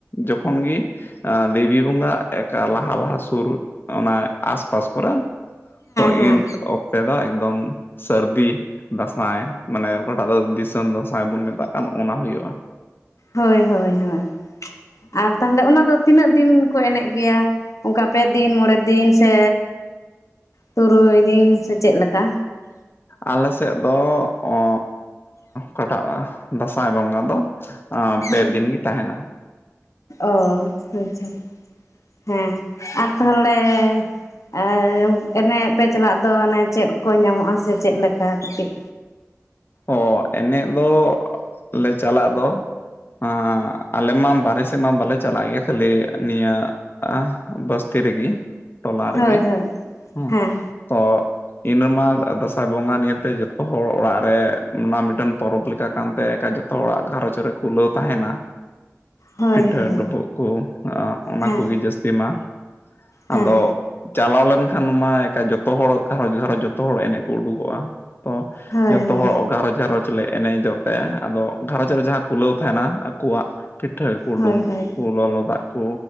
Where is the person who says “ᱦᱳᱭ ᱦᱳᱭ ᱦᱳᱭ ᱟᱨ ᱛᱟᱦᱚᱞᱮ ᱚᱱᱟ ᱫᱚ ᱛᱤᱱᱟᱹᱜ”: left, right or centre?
Left